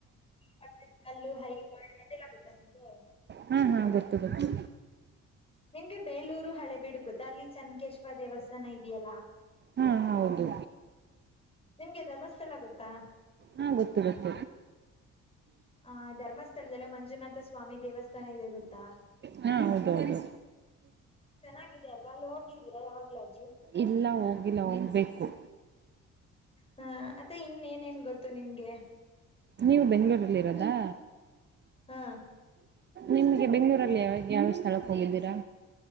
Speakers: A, on the left; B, on the right.
A: ಪಟ್ಟದ್ಕಲ್ಲು ಹೈ <unintelligible> ಗೊತ್ತಾ ನಿಮಗೆ?
B: ಹಾ ಹಾ ಗೊತ್ತು ಗೊತ್ತು.
A: ನಿಮ್ಗೆ ಬೇಲೂರು ಹಳೆ ಬಿಡು ಗೊತ್ತ ಅಲ್ಲಿ ಚನ್ನಕೇಶ್ವ ದೇವಸ್ಥಾನ ಇದ್ಯಲ್ಲಾ.
B: ಹಾ ಹೌದು
A: ನಿಮ್ಗೆ ಧರ್ಮಸ್ಥಳ ಗೂತ್ತಾ.
B: ಹಾ ಗೊತ್ತು ಗೊತ್ತ.
A: ಹ ಧರ್ಮಸ್ಥಳದಲ್ಲೆ ಮಂಜುನಾಥ ಸ್ವಾಮಿ ದೇವಸ್ಥಾನ ಇದೆ ಗೊತ್ತಾ.
B: ಹಾ ಹೌದ ಹೌದು.
A: ಚೆನ್ನಾಗಿದೆ ಅಲ್ವಾ ಅಲ್ಲಿ ಹೋಗಿದ್ದೀರಾ ಯಾವಾಗಲಾದ್ರು.
B: ಇಲ್ಲ ಹೋಗಿಲ್ಲ ಹೋಗ್ಬೇಕು.
A: ಹ ಮತ್ತೆ ಇನ್ನೇನೇನ್ ಗೊತ್ತು ನಿಮ್ಗೆ.
B: ನೀವು ಬೆಂಗಳೂರ್ ಅಲ್ಲಿ ಇರೋದಾ.
A: ಹಾ
B: ನಿಮಗೆ ಬೆಂಗ್ಳೂರಲ್ಲಿ ಯಾವ ಯಾವ ಸ್ಥಳಕ್ಕೆ ಹೋಗಿದ್ದೀರಾ.